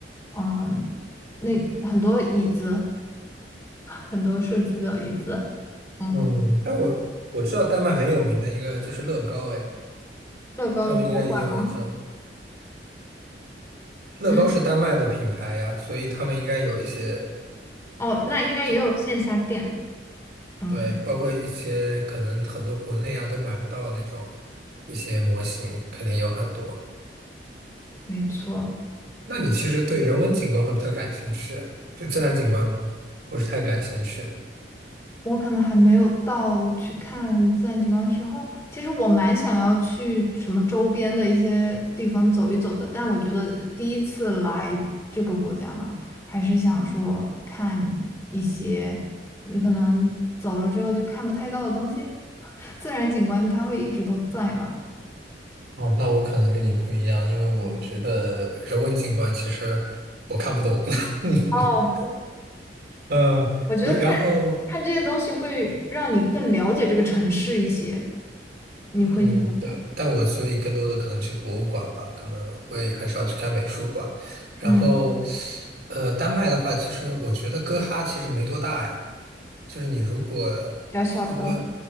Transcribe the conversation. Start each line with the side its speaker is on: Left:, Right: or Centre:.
Left: 嗯，那很多椅子，很多设计的椅子，嗯，
Right: 嗯，但我我知道丹麦很有名的一个就是乐高，哎，
Left: 乐高的博物馆吗？
Right: 他们应该也有一种乐高是丹麦的品牌呀，
Left: 嗯，
Right: 所以他们应该有一些
Left: 哦，那应该也有线下店，
Right: 就
Left: 嗯，
Right: 对，包括一些可能很多国内啊都买不到的那种一些模型，肯定有很多。
Left: 没错。
Right: 那你其实对人文景观会比较感兴趣，对自然景观不是太感兴趣。
Left: 我可能还没有到去看自然景观的时候，其实我蛮想要去什么周边的一些地方走一走的，但我觉得第一次来这个国家嘛，还是想说看一些你可能走了之后就看不太到的东西，<laughs> 自然景观它会一直都在吧。
Right: 哦，那我可能跟你不一样，因为我觉得人文景观其实我看不懂。
Left: 嗯
Right: <laughs>
Left: 哦，
Right: 嗯，
Left: 我觉得看
Right: 对，然后
Left: 看这些东西会让你更了解这个城市一些，你会觉得
Right: 嗯，对，但我所以更多的可能去博物馆吧，可能会很少去看美术馆。然后，
Left: 嗯，
Right: 呃，丹麦的话，其实我觉得哥哈其实没多大呀，就是你如果
Left: 小小的。
Right: 如果